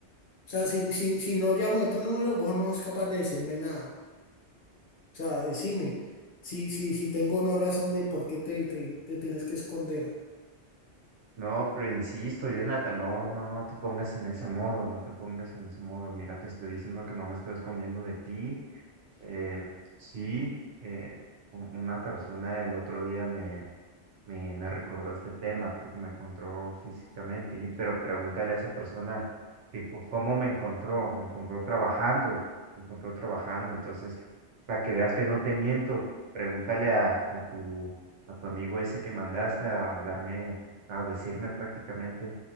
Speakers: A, on the left; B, on the right.
A: sea, si, si, si no llamo de otro número, vos no sos capaz de decirme nada. O sea, decime, si, si, si tengo o no razón de por qué te, te, te tenés que esconder.
B: No, pero insisto, Jonathan, no, no, no te pongas en ese modo, no te pongas en ese modo. Mira, te estoy diciendo que no me estoy escondiendo de ti. Eh, sí, eh, u- una persona el otro día me, me, me recordó este tema porque me encontró físicamente. Y pero pregúntale a esa persona que co- cómo me encontró, me encontró trabajando, me encontró trabajando. Entonces, para que veas que no te miento, pregúntale a, a tu a tu amigo ese que mandaste a, a darme, a decirme prácticamente